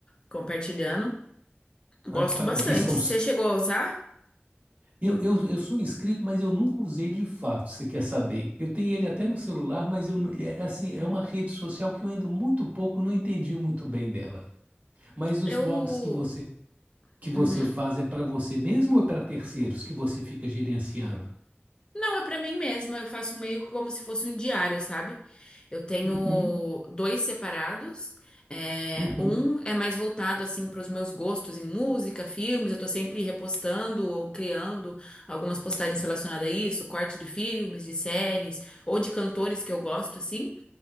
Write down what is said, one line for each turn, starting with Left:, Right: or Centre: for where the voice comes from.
Left: compartilhando. Gosto
Right: Ah, que bacana.
Left: bastante.
Right: E são...
Left: Você chegou a usar?
Right: eu, eu, eu sou inscrito, mas eu nunca usei de fato, você quer saber? Eu tenho ele até no celular, mas eu, nu- é, é assim, é uma rede social que eu ando muito pouco, não entendi muito bem dela. Mas os
Left: Eu.
Right: blogs que você, que você
Left: Uhum.
Right: faz é para você mesmo ou é para terceiros que você fica gerenciando?
Left: Não, é pra mim mesma. Eu faço meio como se fosse um diário, sabe? Eu tenho
Right: Uhum,
Left: dois separados. É,
Right: uhum,
Left: um é mais voltado assim para os meus gostos em música, filmes. Eu tô sempre repostando ou criando algumas postagens relacionadas a isso, corte de filmes, de séries ou de cantores que eu gosto assim.